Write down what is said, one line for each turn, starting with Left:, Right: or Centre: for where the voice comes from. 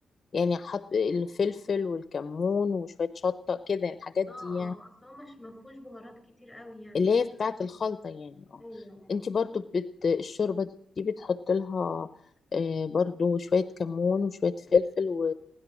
Left: يعني حط الفلفل والكمون وشويه شطه كده الحاجات
Centre: اه
Left: دي
Centre: اه
Left: يعني
Centre: اصل هو مش مفهوش بهارات كتير قوي يعني
Left: اللي هي بتاعة الخلطة يعني اه
Centre: ايوه ايوه
Left: انت برضو بت... الشوربة دي بتحط لها آه، برضو شوية كمون وشوية فلفل و...